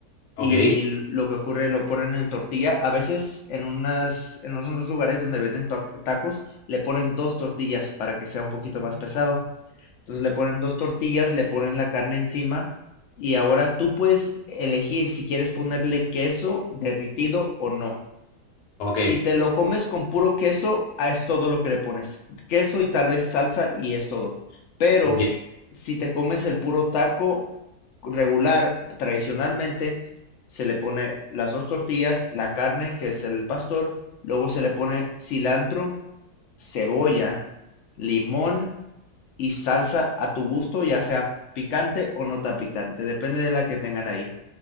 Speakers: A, on the left; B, on the left.
A: Ok.
B: y l- lo que ocurre lo ponen en tortilla. A veces en unas, en unos lugares donde venden ta- tacos le ponen dos tortillas para que sea un poquito más pesado. Entonces le ponen dos tortillas, le ponen la carne encima y ahora tú puedes elegir si quieres ponerle queso derritido o no.
A: Ok,
B: Si te lo comes con puro queso, ah, es todo lo que le pones. Queso y tal vez salsa y es todo. Pero
A: enti-
B: si te comes el puro taco regular, tradicionalmente, se le pone las dos tortillas, la carne, que es el pastor, luego se le pone cilantro, cebolla, limón y salsa a tu gusto, ya sea picante o no tan picante, depende de la que tengan ahí.